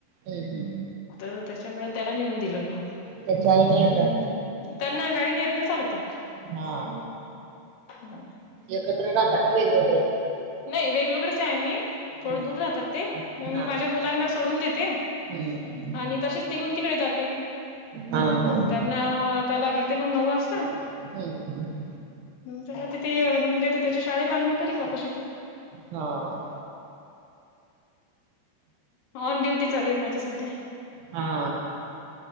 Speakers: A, on the right (about 80°); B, on the left (about 80°).
A: हम्म हम्म
B: तर त्याच्यामुळे त्याला नेऊन दिलं मी.
A: त्याच्या आईने आहे का
B: त्यांना गाडी ने येत ना चालवता.
A: हा.
B: <unintelligible>
A: एकत्र राहता का वेगवेगळं?
B: नाही वेगवेगळेच आहे मी.
A: हम्म
B: थोड दूर राहतात ते मग मी
A: हा
B: माझ्या
A: हा.
B: मुलांना सोडून देते.
A: हम्म.
B: आणि तसेच तिघून तिकडे जाते.
A: हा हा.
B: ना त्याला घेते मग नऊ वाजता.
A: हम्.
B: त्याला तिथे आणि या त्याच्या शाळेला आणि मग घरी वापस येते.
A: हा हा.
B: ऑन ड्युटी चालू आहे माझी सध्या.
A: हा.